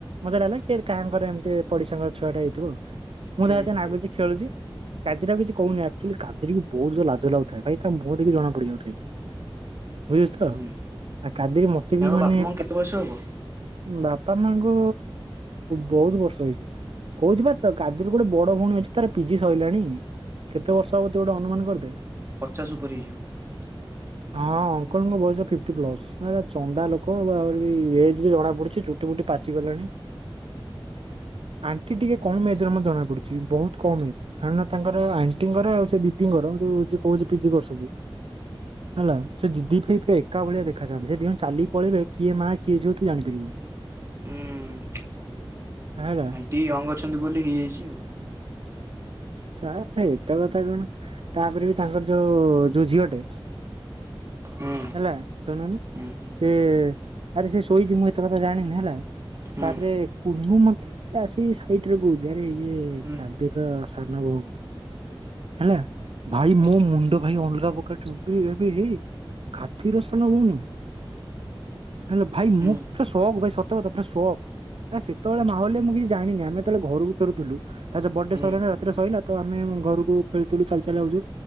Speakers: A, on the right; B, on the right.
A: ମଜୋହଲାାାଙ୍କର ଏମତି ତ ପଡି ସାଙ୍ଗ ଛୁଆଟା ହେଇଥିବ ମୁଁ
B: ହୁଁ
A: ତ ଏତ ନାଗୁଛି ଖେଳୁଛି। କାଜିରା କିଛି କହୁନି ଆକ୍ଚୁଆଲି କାଦରିକି ବହୁତ ଜୋରେ ଲାଜ ଲାଗୁଥାଏ ଭାଇ ତା ମୁହଁ ଦେକି ଜଣା ପଡିଯାଉଥଏ। ବୁଝୁଛ ତ
B: ହୁଁ।
A: ଆ କାଦି ମତେ
B: ତାଙ୍କ
A: ବି ମାନେ
B: ବାପା ମାଙ୍କୁ କେତେ ବୟସ ହେବ।
A: ବାପା ମାଙ୍କ ବହୁତ ବର୍ଷ ହେଇଯିବ କହୁଛିବା ତ କାଜୁର ଗୋଟେ ବଡ ଭଉଣୀ ଅଛି ତାର ପିଜି ସରିଲାଣି କେତେ ବର୍ଷ ହବ ତୁ ଗୋଟେ ଅନୁମାନ କରିଦେ।
B: ପଚାଶ ଉପରେ ହେଇଯିବ।
A: ହଁ ଅଙ୍କଲଙ୍କ ବୟସ ଫିଫ୍ଟି ପ୍ଲସ୍ ଚନ୍ଦା ଲୋକ କଣ ବା ଆହୁରି ଏଜବି ଜଣା ପଡୁଛି ଚୁଟି ଫୁଟି ପାଚିଗଲାଣି। ଆଣ୍ଟି ଟିକେ କମ୍ ଏଜର ମତେ ଜଣା ପଡୁଛି ବହୁତ କମ ଏଜ କାରଣ ତାଙ୍କର ଆଣ୍ଟିଙ୍କର ଆଉ ସେ ଦିଦିଙ୍କର ଯୋଉ ଯିଏ କହୁଛି ପିଜି କରୁଛନ୍ତି ହେଲା ସେ ଜିଦି ଭାଇ ଏକା ଭଳିଆ ଦେଖାଯାନ୍ତି ସେ ଦିଇ ଜଣ ଚାଲି ପଳେଇବେ କିଏ ମା କିଏ ଝିଅ ତୁ ଜାଣିପାରିବୁନୁ।
B: ହୁଁ
A: ହେଲା
B: ଆଣ୍ଟି ୟଙ୍ଗ ଅଛନ୍ତି ବୋଲି ହେଇଯାଇଛି ଆଉ।
A: ସାର୍ ଏତେ କଥା କଣ ତାପରେ ବି ତାଙ୍କର ଯୋଉ ଯୋଉ ଝିଅଟେ।
B: ହୁଁ
A: ହେଲା ଶୁଣୁନି।
B: ହୁଁ
A: ସେ ଆରେ ସେ ଶୋଇଛି ମୁଁ ଏତେ କଥା ଜାଣିନି ହେଲା
B: ହୁଁ
A: ତାପରେ କୁନୁ ମତେ ଆସି ସାଇଟରେ କହୁଛି ଆରେ ଇଏ
B: ହୁଁ
A: ଆଦି ର ସାନ ଭଉଣୀ ହେଲା ଭାଇ ମୋ
B: ହୁଁ
A: ମୁଣ୍ଡ ଭାଇ ଅଲଗା ପ୍ରକାର ଚୁଟି ଆବେ ଏ ଖାତୀର ସାନ ଭଉଣୀ ତାହା ହେଲେ ଭାଇ
B: ହୁଁ
A: ମୁଁ ପୁରା ସକ୍ ଭାଇ ସତ କଥା ପୁର ସକ୍ ହେଲା ସେତେବେଳେ ମାହଲରେ ମୁଁ କିଛି ଜାଣିନି ଆମେ ଯେତେବେଳେ ଘରକୁ ଫେରୁଥିଲୁ ତା ବର୍ଥଡେ
B: ହୁଁ
A: ସରିଲା ରେ ସରିଲା ତ ଆମେ ଘରକୁ ଫେରୁଥିଲୁ ଚାଲି ଚାଲି ଆଉଛୁ